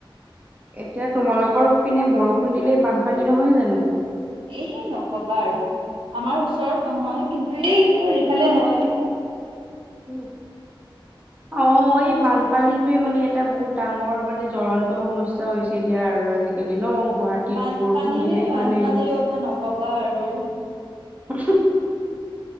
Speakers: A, on the right; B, on the right.
A: এতিয়া তোমালোকৰ পিনে বৰষুণ দিলেই বানপানী নহয় জানো।
B: এই নক'বা আৰু আমাৰ ওচৰত নহয় কিন্তু এইটো এইফালে হয়।
A: উ অ এই বানপানীতয়ে মানে এটা বহুত ডাঙৰ মানে জলন্ত সমস্যা হৈছে এতিয়া আৰু আজিকালি ন গুৱাহাটীত
B: বানপানী
A: বৰষুণ দিলেই
B: নে বানপানীৰ
A: মানে
B: কথা নক'বা আৰু উম
A: উম হ